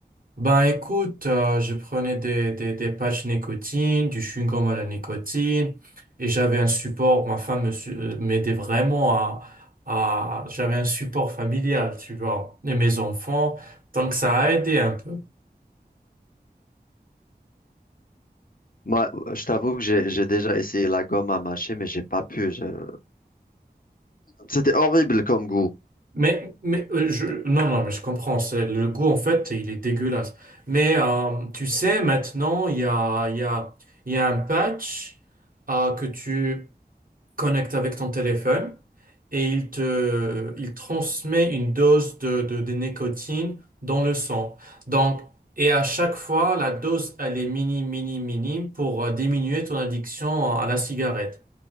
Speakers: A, on the right; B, on the left.
A: Ben écoute, euh, je prenais des, des, des patchs nicotine, du chewing-gum à la nicotine, et j'avais un support, ma femme me su- euh, m'aidait vraiment à, à j'avais un support familial, tu vois, et mes enfants, donc ça a aidé un peu.
B: Moi, je t'avoue que j'ai, j'ai déjà essayé la gomme à mâcher, mais j'ai pas pu. je- C'était horrible comme goût.
A: Mais, mais euh, je, non, non, mais je comprends, c'est, le goût en fait, il est dégueulasse. Mais euh, tu sais, maintenant, il y a, il y a, il y a un patch euh, que tu connecte avec ton téléphone et il te, il transmet une dose de, de, de nicotine dans le sang. Donc, et à chaque fois, la dose, elle est minime, minime, minime pour euh, diminuer ton addiction à la cigarette.